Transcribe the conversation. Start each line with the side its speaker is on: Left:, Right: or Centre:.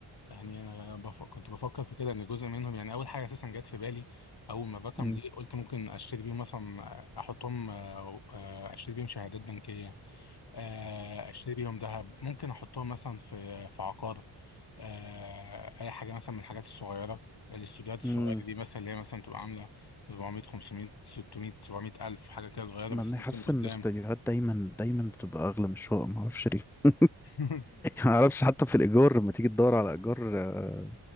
Left: يعني انا بف... كنت بفكر في كده ان جزء منهم يعني اول حاجه اساسا جت في بالي اول ما الرقم
Centre: امم
Left: جه قلت ممكن اشتري بيهم مثلا آه، احطهم آه، آه، اشتري بيهم شهادات بنكيه آه، اشتري بيهم ذهب ممكن احطهم مثلا في في عقار آه، اي حاجه مثلا من الحاجات الصغيره الاستوديوهات الصغيره
Centre: امم
Left: دي مثلا اللي هي مثلا تبقى عامله 400 500 600 700 الف حاجه كده صغيره
Centre: ما
Left: بس
Centre: انا
Left: ممكن
Centre: حاسس
Left: قدام
Centre: ان الاستديوهات دايما دايما بتبقى اغلى من الشقق ما اعرفش ليه <laughs>
Left: <laughs>
Centre: ما اعرفش حتى في الايجار لما تيجي تدور على ايجار آه،